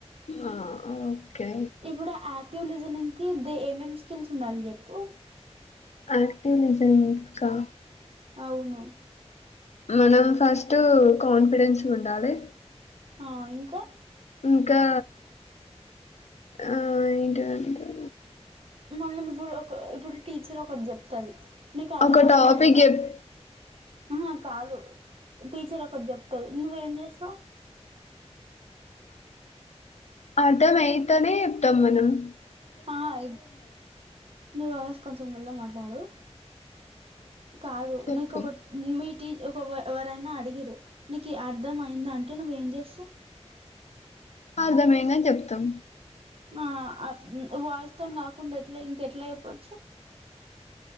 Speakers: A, on the left; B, on the right.
A: ఆ ఓకే
B: ఇప్పుడు ఆక్టివ్ లిస్టనింగ్ అంటే ద ఏమేం స్కిల్స్ ఉండాలి చెప్పు
A: ఆక్టివ్లిజన్ ఇంకా
B: అవును
A: మనం ఫస్ట్ కాన్ఫిడెన్స్ ఉండాలి
B: ఆ ఇంకా.
A: ఇంకా ఆ ఏంటింటే.
B: మనం ఇప్పుడు ఒక ఇప్పుడు టీచర్ ఒకటి జెప్తది. నీకు అర్థమ
A: ఒక
B: అయింది
A: టాపిక్
B: అంటే
A: చెప్
B: అహ కాదు. టీచర్ ఒకటి జెప్. నువ్వు ఎమ్ జెస్తావ్.
A: అర్థం అయితేనే యెప్తం మనం. అ
B: తాయి నీ వాయిస్ కొచం పె. మెల్లగా మాట్లాడు. కాదు
A: చెప్పు
B: నీకు ఒకటి నీమిట్. టి ఒక ఎవ ఎవరైనా అడిగిర్రు, నీకి అర్థం అయింద అంటే నువ్వ ఏం జెస్తావ్.
A: అర్థమైనది అని జెప్తం.
B: ఆ అ ఊ వాయిస్ తోని గకుండ ఎట్లా ఇంక ఎట్లా చెప్పచ్చు.